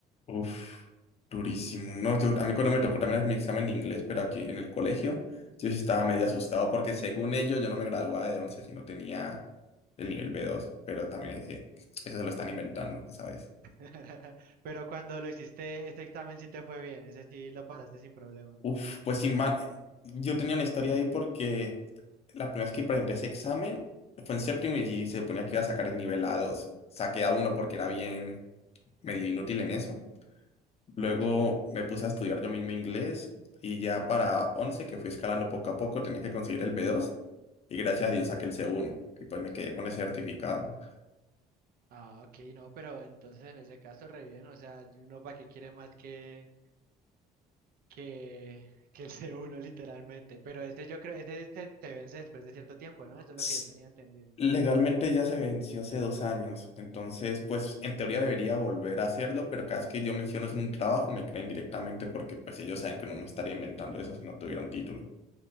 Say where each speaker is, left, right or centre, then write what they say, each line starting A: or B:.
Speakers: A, on the left (about 40°); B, on the right (about 60°).
A: Uf, durísimo. No, yo- a mí cuando me tocó también hacer mi examen de inglés, pero aquí en el colegio, yo sí estaba medio asustado porque según ellos yo no me graduaba de 11 si no tenía el nivel b dos, pero también eh, eso se lo están inventando esa vez.
B: <laughs> Pero cuando lo hiciste, ese examen sí te fue bien, ese sí lo pasaste sin problema.
A: Uf, pues sin man, yo tenía una historia ahí porque la primera vez que presenté ese examen fue en séptimo y allí se suponía que iba a sacar el nivel a dos, Saqué a uno porque era bien medio inútil en eso. Luego
B: Ok.
A: me puse a estudiar yo mismo inglés y ya para 11 que fui escalando poco a poco, tenía que conseguir el b dos y gracias a Dios saqué el c uno y pues me quedé con ese certificado.
B: Ah, ok, no, pero entonces en ese caso re bien, o sea, y uno para qué quiere más que, que, que ese uno <laughs> literalmente, pero ese yo creo, ese se, se vence después de cierto tiempo, ¿no? Eso es
A: S-
B: lo que yo tenía entendido.
A: Legalmente ya se venció hace dos años, entonces pues en teoría debería volver a hacerlo, pero cada vez que yo menciono eso en un trabajo me creen directamente porque pues ellos saben que uno no estaría inventando eso si no tuviera un título.